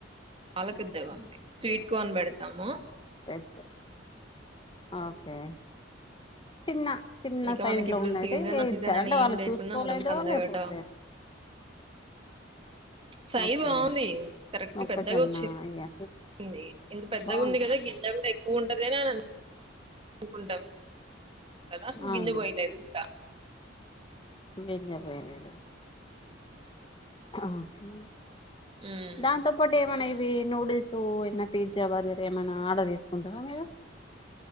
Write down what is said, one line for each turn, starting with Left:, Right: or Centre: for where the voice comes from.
Right: చాలా పెద్దగా ఉంది స్వీట్కర్ పెడతాము
Left: పెద్ద ఓకే చిన్న చిన్న
Right: ఇక
Left: సైజు
Right: మనకి
Left: లో
Right: ఇప్పుడు
Left: ఉన్నటి
Right: సీజన్ ఆ సీజన్
Left: ఇచ్చారు
Right: అని
Left: అంటే వాళ్ళు
Right: ఏం లేకున
Left: చూసుకోలేదో
Right: మొదం కందా
Left: లేకపోతే
Right: గడ్డ సై
Left: ఓకే
Right: బాగుంది కరెక్ట్
Left: మొక్కజొన్న
Right: పెద్దగా వచ్చి
Left: అయ్యా
Right: ఉంది ఇంత పెద్దగా
Left: బాగుంది
Right: ఉంది కదా గింజ కూడా ఎక్కువ ఉంటదని అని అ నుకుంటం కదా అసలు
Left: అవును
Right: గింజ <unintelligible>
Left: గింజ పోయలేదు ఓకే
Right: హ్మ్.
Left: దాంతోప్పటే ఏమనా ఇవి నూడిల్స్ ఏన్న పిజ్జా బర్గర్ ఏమైనా ఆర్డర్ చేసుకుంటారా మీరు